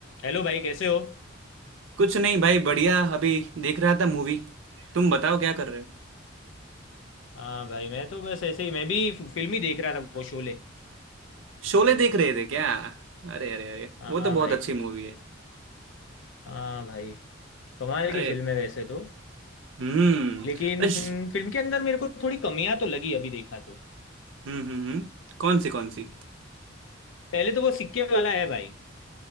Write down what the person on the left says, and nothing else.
Hello भाई कैसे हो
हाँ भाई मैं तो बस ऐसे ही मैं भी फिल्म ही देख रहा था वो शोले
हाँ
भाई
हाँ भाई कमाल
की फिल्म है वैसे तो
लेकिन
फिल्म के अंदर मेरे को थोड़ी कमियां तो लगी अभी देखा तो
पहले तो वो सिक्के वाला है भाई